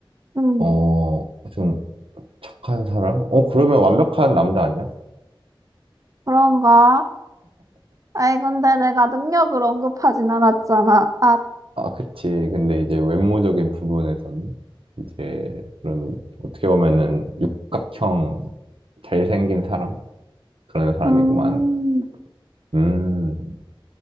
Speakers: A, on the right; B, on the right.
A: 음.
B: 어 좀 착한 사람? 어 그러면 완벽한 남자 아니야?
A: 그런가? 아이, 근데 내가 능력을 언급하진 않았잖아. 아,
B: 아 그치 근데 이제 외모적인 부분에서는 이제 그런 어떻게 보면은 육각형 잘생긴 사람? 그런 사람이구만
A: 음,
B: 음